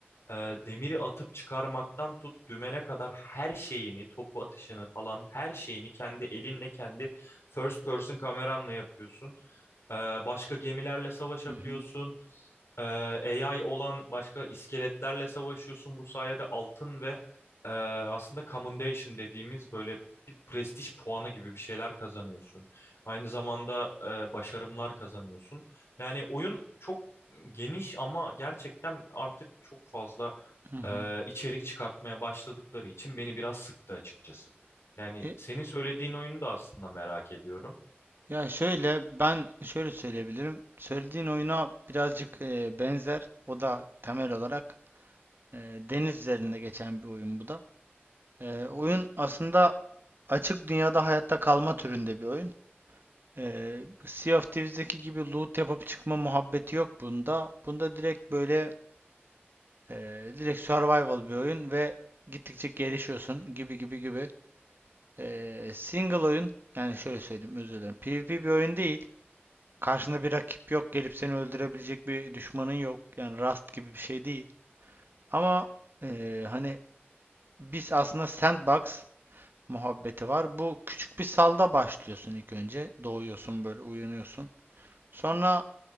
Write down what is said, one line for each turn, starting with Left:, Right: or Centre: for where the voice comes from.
Left: e, demiri atıp çıkarmaktan tut dümene kadar her şeyini, topu atışını falan her şeyini kendi elinle, kendi first person kameranla yapıyorsun. Ee, başka gemilerle savaşabiliyorsun.
Right: Hı hı,
Left: Ee, AI olan başka iskeletlerle savaşıyorsun. Bu sayede altın ve e, aslında commendation dediğimiz böyle bir prestij puanı gibi bir şeyler kazanıyorsun. Aynı zamanda e, başarımlar kazanıyorsun. Yani oyun çok geniş ama gerçekten artık çok fazla
Right: hı hı.
Left: e, içerik çıkartmaya başladıkları için beni biraz sıktı açıkçası. Yani
Right: E,
Left: senin söylediğin oyunu da aslında merak ediyorum.
Right: Ya şöyle ben şöyle söyleyebilirim. Söylediğin oyuna birazcık e, benzer. O da temel olarak e, deniz üzerinde geçen bir oyun bu da. E, oyun aslında açık dünyada hayatta kalma türünde bir oyun. Ee, Sea of Thieves'deki gibi loot yapıp çıkma muhabbeti yok bunda. Bunda direkt böyle e, direkt survival bir oyun ve gittikçe gelişiyorsun gibi gibi gibi. Ee, single oyun yani şöyle söyleyeyim özür dilerim. PvP bir oyun değil. Karşında bir rakip yok. Gelip seni öldürebilecek bir düşmanın yok. Yani Rust gibi bir şey değil. Ama e, hani biz aslında sandbox muhabbeti var. Bu küçük bir salda başlıyorsun ilk önce. Doğuyorsun böyle uyanıyorsun. Sonra